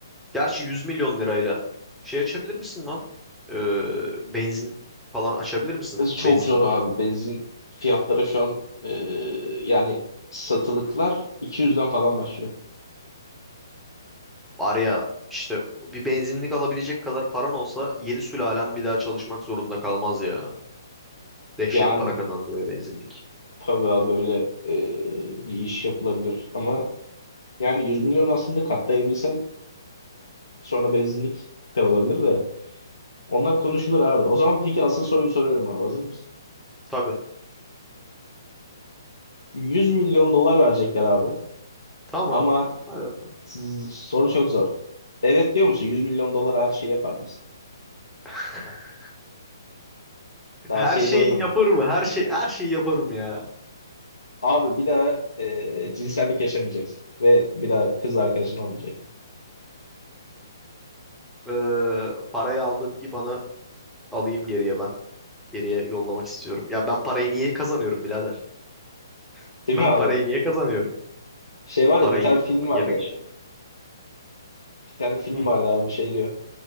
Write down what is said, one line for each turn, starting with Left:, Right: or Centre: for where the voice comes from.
Centre: Gerçi 100 milyon lirayla şey açabilir misin lan? Ee, benzin falan açabilir misin?
Left: Çok
Centre: Benzinli.
Left: zor abi. Benzin fiyatları şu an e, yani satılıklar 200'den falan başlıyor.
Centre: Var ya işte bir benzinlik alabilecek kadar paran olsa 7 sülalem bir daha çalışmak zorunda kalmaz ya. Dehşet
Left: Yani
Centre: para kazandırıyor benzinlik.
Left: tabii abi öyle e, bir iş yapılabilir. Ama yani 100 milyon aslında katlayabilsen sonra benzinlik de olabilir de. Onlar konuşulur abi. O zaman peki asıl soruyu soruyorum abi. Hazır mısın?
Centre: Tabii.
Left: 100 milyon dolar verecekler abi.
Centre: Tamam.
Left: Ama
Centre: Hadi bakalım.
Left: s- soru çok zor. Evet diyor musun? 100 milyon dolar her şeyi yapar mısın?
Centre: <laughs>
Left: Daha
Centre: Her
Left: şeyi
Centre: şeyi
Left: doymadım.
Centre: yaparım. Her şey her şeyi yaparım ya.
Left: Abi bir daha e, cinsellik yaşamayacaksın. Ve bir daha kız arkadaşın olmayacak.
Centre: Ee, parayı aldım IBAN'ı alayım geriye ben. Geriye yollamak istiyorum. Ya ben parayı niye kazanıyorum birader? <laughs>
Left: Değil
Centre: Ben
Left: mi abi?
Centre: parayı niye kazanıyorum?
Left: Şey var
Centre: Parayı
Left: ya bir tane
Centre: e,
Left: film vardı.
Centre: yemek için.
Left: Bir tane film
Centre: Hı.
Left: vardı abi şey diyor.